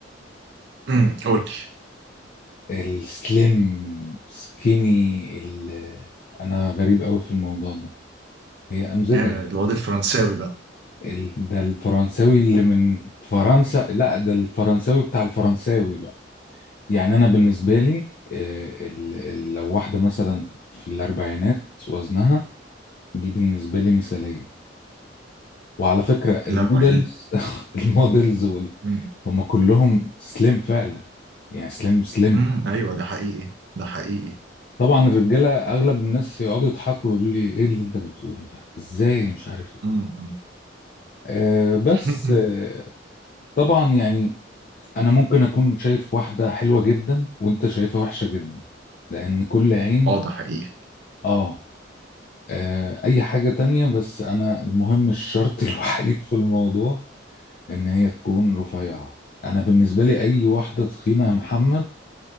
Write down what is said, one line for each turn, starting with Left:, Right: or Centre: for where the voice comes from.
Right: امم قول لي
Left: السليم سكيني ال... انا غريب قوي في الموضوع ده هي امزجه
Right: آه،
Left: يعني
Right: الواد الفرنساوي بقى
Left: ال... ده الفرنساوي اللي من فرنسا لا ده الفرنساوي بتاع الفرنساوي بقى يعني انا بالنسبه لي آه، ال... ال... لو واحده مثلا في الاربعينات وزنها دي بالنسبه لي مثاليه وعلى فكره المودلز
Right: الأربعينات
Left: <laughs> المودلز وال...
Right: امم
Left: هم كلهم سليم فعلا يعني سليم سليم
Right: أمم، أيوه ده حقيقي ده حقيقي
Left: طبعا الرجاله اغلب الناس يقعدوا يضحكوا يقولوا لي ايه اللي انت بتقوله ده ازاي مش عارف ايه
Right: امم
Left: أه بس
Right: <laughs>
Left: أه طبعا يعني انا ممكن اكون شايف واحده حلوه جدا وانت شايفها وحشه جدا لان كل عين
Right: اه ده حقيقي
Left: اه آه، اي حاجه تانية بس انا المهم الشرط <laughs> الوحيد في الموضوع ان هي تكون رفيعه انا بالنسبه لي اي واحده تخينه يا محمد